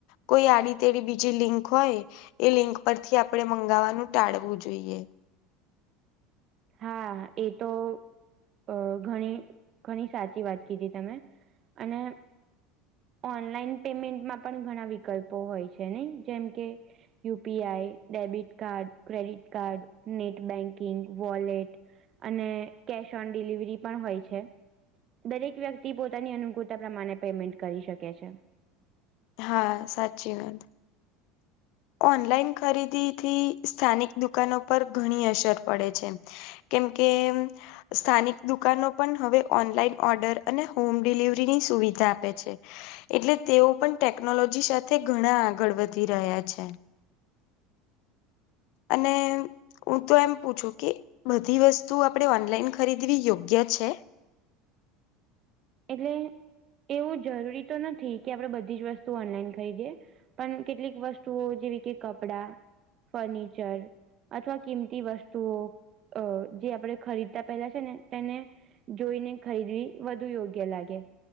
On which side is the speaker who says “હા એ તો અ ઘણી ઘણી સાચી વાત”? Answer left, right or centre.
Right